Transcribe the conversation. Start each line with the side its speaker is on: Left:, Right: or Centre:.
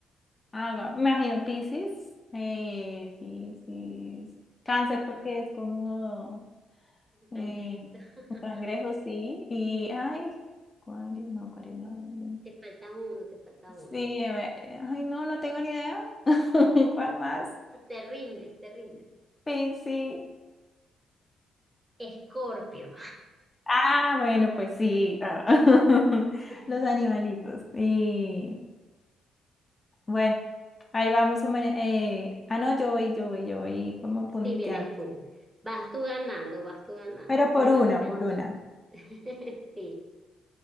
Left: Agua, me imagino Piscis, eh, Piscis, cáncer
Right: Ajá,
Left: porque es como
Right: un cangrejito.
Left: eh,
Right: <laughs>
Left: un cangrejo, sí, y ay, acuario, no, acuario no. no.
Right: Te falta uno, te falta uno.
Left: Sí, a ver, eh, ay, no, no tengo ni idea. <laughs> ¿Cuál más?
Right: Te rindes, te rindes.
Left: Piscis.
Right: Escorpio.
Left: Ah, bueno, pues sí, ah, <laughs>
Right: Sí,
Left: Los animalitos, sí. Bueno. Ahí vamos, un maña- eh, ah, no, yo voy, yo voy, yo voy como punteando.
Right: vienes tú. Vas tú ganando, vas tú ganando,
Left: Pero por
Right: me vas
Left: una,
Right: ganando.
Left: por una.
Right: <laughs> Sí.